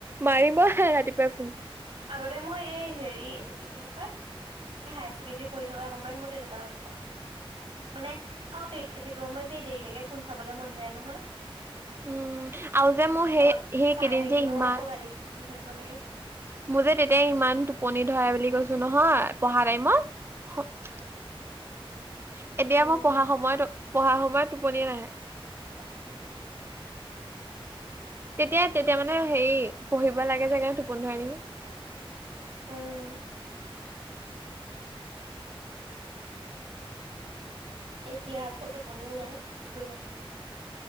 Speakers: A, on the right; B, on the right.
A: মাৰিব ৰাতিপুৱাই ফোন
B: আগতে মই এই হেৰি এইটো কি বুলি কয় সেই হায়াৰ ছেকেণ্ডৰী পঢ়ি থকা সময়ত মোৰ তেনেকুৱা আছিলে মানে অ', সেইটো সময়ত দেই দেৰিলৈকে ফোন চাবলে মন যায় নহয়।
A: উম আৰু যে মোৰ
B: অ'ক
A: সেই সেইকেইদিন
B: চাই থাকিলেও
A: যে ইমান
B: আকৌ গালি শুনি থাকিব লাগে।
A: মোৰ যে তেতিয়াই ইমান টোপনি ধৰা বুলি কৈছো নহয়। পঢ়া টাইমত, এতিয়া
B: উম।
A: মই পঢ়া সময়ত পঢ়া সময়ত টোপনি নাহে।
B: <inaudible>
A: তেতিয়া তেতিয়া মানে হেৰি পঢ়িব লাগে যে সেইকাৰনে টোপনি ধৰে নেকি?
B: উম,
A: <inaudible>
B: এতিয়া আকৌ টোপনিও নাই একোৱেই নাই।